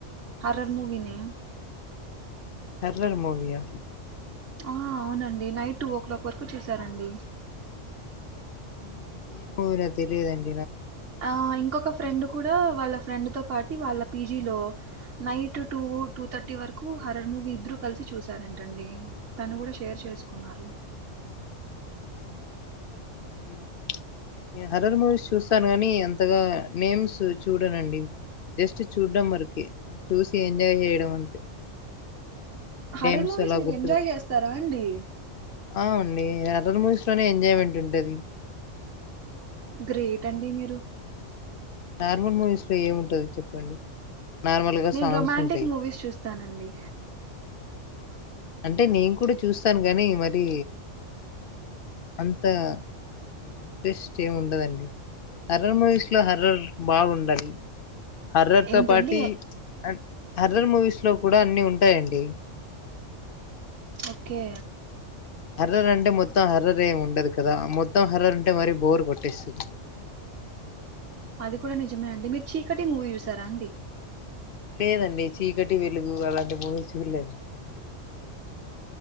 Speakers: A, on the right; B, on the left.
A: హర్రర్ మూవీనే
B: హర్రర్ మూవీ ఆ
A: ఆ అవునండి నైట్ టూ ఓ క్లాక్ వరకు చూసారండి
B: <inaudible> ఏం మూవీ నో తెలిదన్
A: ఆ ఇంకొ క ఫ్రెండ్ కూడా వాళ్ళ ఫ్రెండ్ తో పాటి వాళ్ళ పీ జీ లో నైట్ టూ టూ థర్టీ వరకు హర్రర్ మూవీ ఇద్దరు కలిసి చూశారంటండి తను కూడా షేర్ చేసుకున్నారు
B: అవునండి <inaudible> హర్రర్ మూవీస్ చూస్తాను గాని అంతగా నేమ్స్ చూడనండి జస్ట్ చూడడం వరకి చూసి ఎంజాయ్ చేయడం అంతే
A: హర్రర్
B: నేమ్స్
A: మూవీస్
B: అలా
A: మీరు
B: గుర్తు
A: ఎంజాయ్ చేస్తారా అండి
B: ఆ అండి హర్రర్ మూవీస్ లోనే ఎంజాయ్మెంట్ ఉంటది
A: గ్రేట్ అండి మీరు
B: నార్మల్ మూవీస్ లో ఏముంటది చెప్పండి. నార్మల్గా
A: నేను
B: సాంగ్స్
A: రొమాంటిక్
B: ఉంటాయ్
A: మూవీస్ చూస్తానండి
B: అంటే నేను కూడా చూస్తాను. గానీ మరి అంత ఇంట్రెస్ట్ ఏమ్ ఉండదండి. హర్రర్ మూవీస్ లో హర్రర్ బాగుండాలి. హర్రర్తో
A: ఏంటండి
B: పార్టి అన్ హర్రర్ మూవీస్ లో కూడా అన్ని ఉంటాయండి.
A: ఓకే
B: హర్రర్ అంటే మొత్తం హర్రర్ ఏమి ఉండదు. కదా మొత్తం హర్రర్ ఉంటే మరీ బోర్ కొట్టేస్తుంది.
A: అది కూడా నిజమే అండి. మీరు చీకటి మూవీ చూసారా అండి.
B: లేదండి. చీకటి, వెలుగు అలాంటి మూవీలు చూడలేదు.